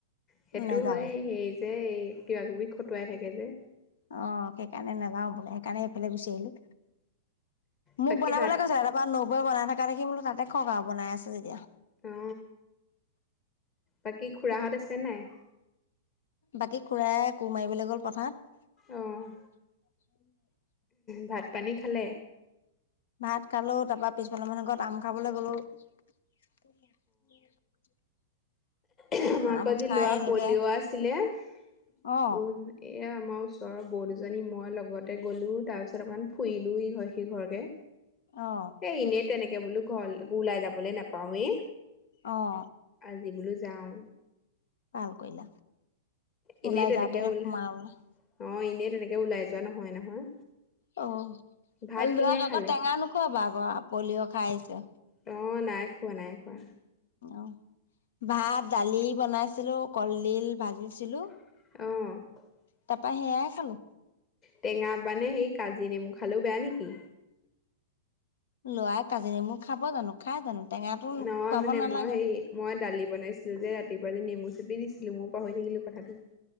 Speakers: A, on the left; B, on the left.
A: সেইটো
B: নেযাওৱে
A: হয় সেই যে এই কিবা কিবি খটুৱাই থাকে যে
B: অ সেইকাৰণে নাযাও বোলে সেইকাৰণে এইফালে গুচি আহিলো মোক
A: বাকী
B: বনাবলৈ
A: ভাত
B: কৈছে তাৰ পৰাা নবৈ বনাই থকা দেখি বোলো তাতে কওক আৰু বনাই আছে যেতিয়া
A: অ বাকী খুৰাহত আছে নাই
B: বাকী খুৰা কোৰ মাৰিবলৈ গ'ল পথাৰ <unintelligible>
A: অ', ভাত পানী খালে
B: ভাত খালো তাৰ পৰাা পিছফালৰ মানৰ ঘৰত আম খাবলৈ গলো <unintelligible>
A: আমাকৰ
B: আম
A: যি
B: খাই
A: লোৱা
B: আহিলোগে
A: পলিঅ' আছিলে উ
B: অ
A: এয়া আমাৰ ওচৰৰ বহ দুজনী মই লগতে গ'লোঁ তাৰপিছত অকণমান ফুৰিলোঁ ইঘৰ সিঘৰকৈ
B: অ
A: এ এনেই তেনেকে বোলো ঘৰ ওলাই যাবলে নাপাওৱে
B: অহ
A: আজ বলো যাওঁ
B: ভাল কৰিলা
A: এনেই
B: ওলাই
A: তেনেকে
B: যাতে
A: ওল
B: সোমা বলে
A: অ এনেই তেনেকে ওলাই যোৱা নহয় নহয়
B: অ
A: ভাত
B: লৰাক
A: কিহে
B: আকৌ
A: খালে?
B: টেঙা নোখোৱাবা আকৌ পলিঅ' খাই আহিছে
A: অ', নাই খোৱা, নাই খোৱা।
B: অ ভাত দালি বনাইছিলো কলডিল ভাজিছিলো
A: অহ
B: তাপা সেয়াই খালো
A: টেঙা পানে সেই কাজি নেমু খালেও বেয়া নেকি?
B: ল'ৰাই কাজি নেমু খাব জানো, খাই জানো? টেঙাটো
A: নহয়
B: খুৱাব
A: মানে
B: নালাগে
A: মই হে মই দালি বনাইছিলো যে ৰাতিপুৱা যে নেমু চেপি দিছিলো। আজি মই পাহৰি থাকিলো কথাটো।